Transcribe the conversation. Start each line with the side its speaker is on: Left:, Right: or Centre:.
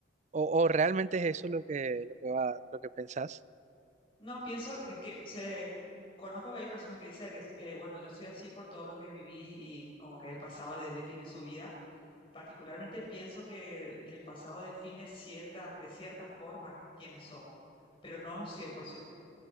Right: o, o realmente es eso lo que, lo que va, lo que pensás.
Left: No, pienso eh, que se... Conozco que hay personas que dicen, eh, bueno, yo soy así por todo lo que viví y como que el pasado de- define su vida. Particularmente pienso que, que el pasado define cierta, de cierta forma quiénes somos, pero no un cien por ciento